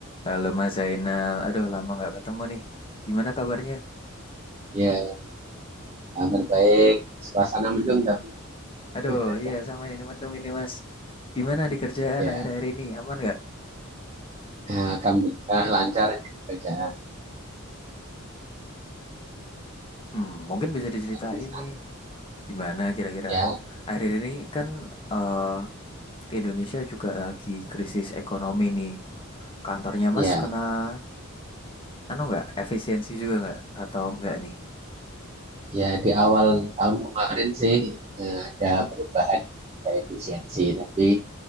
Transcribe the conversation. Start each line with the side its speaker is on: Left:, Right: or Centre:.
Left: Halo Mas Zainal, aduh lama nggak ketemu nih. Gimana kabarnya?
Right: Ya, kabar baik. Suasana mendung tapi
Left: Aduh,
Right: <laughs>
Left: iya sama ini mendung ini Mas. Gimana di kerjaan
Right: ya,
Left: akhir-akhir ini? Aman nggak?
Right: eh, alhamdulillah lancar ini kerjaan
Left: Hmm, mungkin bisa diceritain
Right: Tapi sama-
Left: nih. Gimana kira-kira?
Right: ya.
Left: Akhir ini kan eh Indonesia juga lagi krisis ekonomi nih. Kantornya
Right: Ya,
Left: Mas kena anu nggak? Efisiensi juga nggak? Atau nggak nih?
Right: ya di awal tahun kemarin sih eh, ada perubahan kayak efisiensi, tapi